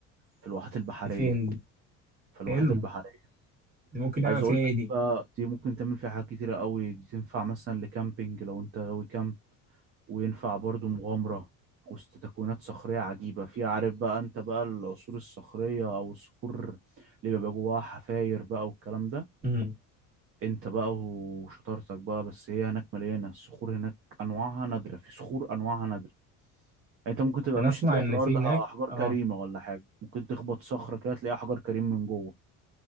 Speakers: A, on the right; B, on the right.
A: في الواحات البحرية
B: دي فين دي؟
A: في الواحات
B: حلو
A: البحرية
B: دي ممكن نعمل
A: عايز
B: فيها
A: اقول
B: إيه
A: لك
B: دي؟
A: بقى دي ممكن تعمل فيها حاجات كتيرة قوي دي تنفع مثلا لكامبينج لو انت غاوي كامب وينفع برضو مغامرة وسط تكوينات صخرية عجيبة فيها عارف بقى انت بقى العصور الصخرية او الصخور اللي بيبقى جواها حفاير بقى والكلام ده
B: مم،
A: انت بقى وشطارتك بقى بس هي هناك مليانه الصخور هناك انواعها نادره في صخور انواعها نادره يعني انت ممكن تبقى
B: ده أنا
A: ماشي
B: أسمع
A: تلاقي
B: إن
A: في الارض
B: في هناك
A: احجار
B: آه
A: كريمه ولا حاجه ممكن تخبط صخره كده تلاقي احجار كريم من جوه